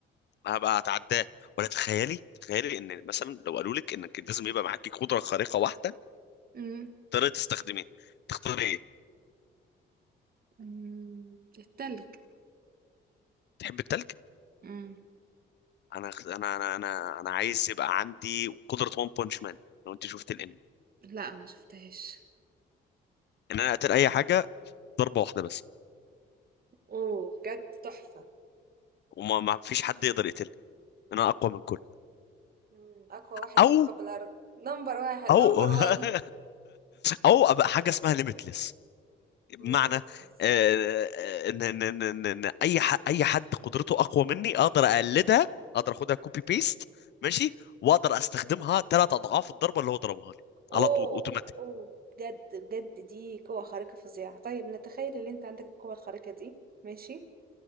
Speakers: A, on the left; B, on the right.
A: انا هبقى اتعداه ولا تخيلي تخيلي ان مثلا لو قالوا لك انك لازم يبقى معاكي قدره خارقه واحده
B: <laughs> مم.
A: تقدري تستخدميها تختاري ايه
B: مم. التلج
A: تحب التلج
B: مم.
A: انا انا انا انا انا عايز يبقى عندي قدره وان بانش مان لو انت شفت الانمي
B: لا ما شفتهاش
A: ان انا اقتل اي حاجه ضربه واحده بس
B: اوه بجد تحفة
A: وما ما فيش حد يقدر يقتلني انا اقوى من كل
B: مم، اقوى واحد
A: او
B: في كوكب الارض نمبر واحد
A: او
B: نمبر وان
A: <laughs> او ابقى حاجه اسمها ليميتلس بمعنى
B: ليميتلس
A: آه، آه، ان ان ان ان إن اي ح- اي حد قدرته اقوى مني اقدر اقلدها اقدر اخدها كوبي بيست ماشي واقدر استخدمها ثلاث اضعاف الضربه اللي هو ضربها لي
B: اوه
A: على طول اوتوماتيك
B: اوه بجد بجد دي قوة خارقة فظيعة طيب نتخيل ان انت عندك القوة الخارقة دي ماشي